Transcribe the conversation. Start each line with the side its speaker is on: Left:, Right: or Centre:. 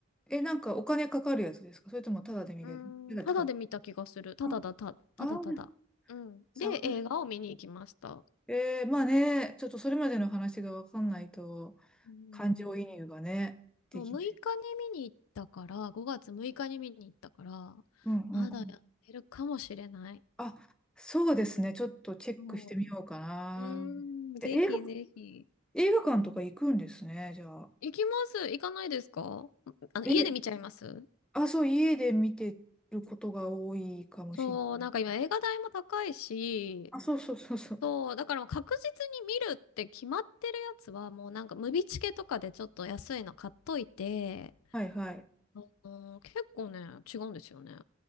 Centre: え、なんかお金かかるやつですかそれともタダで見れるタダってか。
Left: うーん、ただで見た気がする。ただだ、
Centre: あ、
Left: た、ただただ。
Centre: あー
Left: うん。
Centre: サウス
Left: で、映画を見に行きました。
Centre: えー、まあね、ちょっとそれまでの話がわかんないと、
Left: うん
Centre: 感情移入がね、できない。
Left: そう6日に見に行ったから、5月6日に見に行ったから、
Centre: うんうん。
Left: まだやってるかもしれない。
Centre: あ、そうですね。ちょっとチェックしてみようかな。
Left: そう。うーん、ぜひぜひ。
Centre: え、映画、映画館とか行くんですね、じゃあ。
Left: 行きます。行かないですかあの、
Centre: え、
Left: 家で見ちゃいます
Centre: あ、そう、家で見てることが多いかもしれない。
Left: そう、なんか今映画代も高いし、
Centre: あ、そうそうそうそう。
Left: そう、だからもう確実に見るって決まってるやつは、もうなんかムビチケとかでちょっと安いの買っといて、
Centre: はいはい。
Left: あのー結構ね、違うんですよね。